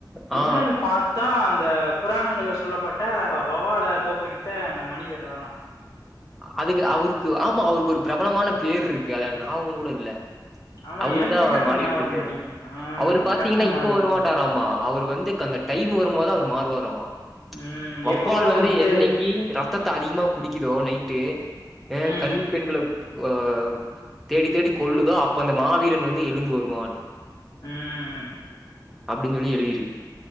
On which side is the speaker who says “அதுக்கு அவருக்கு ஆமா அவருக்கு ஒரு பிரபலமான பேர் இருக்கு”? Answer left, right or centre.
Centre